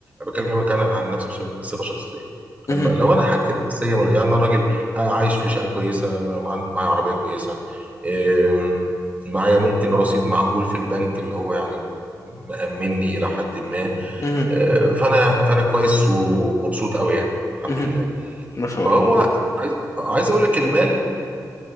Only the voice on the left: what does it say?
مهم،
مهم،
مهم،
مهم.
ما شاء
الله